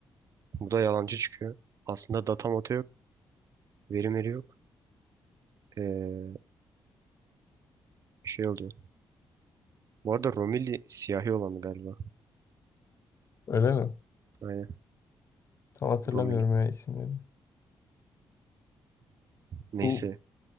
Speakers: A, on the right; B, on the left.
A: Bu da yalancı çıkıyor. Aslında data datamata yok. Veri veri yok. Ee, şey oluyor. Bu arada Romilli siyahi olanı galiba.
B: Öyle mi?
A: Aynen.
B: Tam hatırlamıyorum
A: Romilli.
B: ya isimlerini.
A: Neyse.
B: Bu